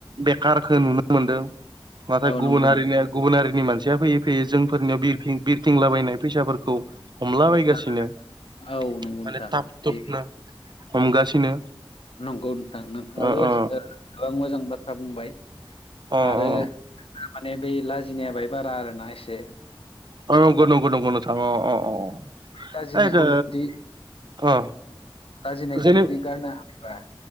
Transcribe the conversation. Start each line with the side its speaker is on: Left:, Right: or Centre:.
Right: बेकारखो नुनो मोनदों नाथाय
Left: औ
Right: गुबुन
Left: नंगौ
Right: हारिनिया गुबुन हारिनि मानसिया फैयै फैयै जोंफोरनियाव बिरफिं बि रफिंलाबायनाय फैसाफोरखौ हमला बायगासिनो
Left: नोंथां
Right: माने
Left: औ नंगौ नोंथां
Right: ताब
Left: बे
Right: तुबनो हमगासिनो।
Left: नंगौ नोंथां नोंथाङाबो
Right: अ अ
Left: ओ गोबां मोजां बाथ्रा बुंबाय।
Right: अ
Left: आरो
Right: अ
Left: जोंना माने <unintelligible> बै लाजिनाया बाय बारा आरोना एसे।
Right: अ नंगौ नंगौ नंगौ नोंथां अ अ अ।
Left: बै लाजिनायखौ
Right: ओइ दो
Left: जुदि
Right: अ
Left: लाजिनायखो
Right: जेने
Left: जुदि गारनो हायोबा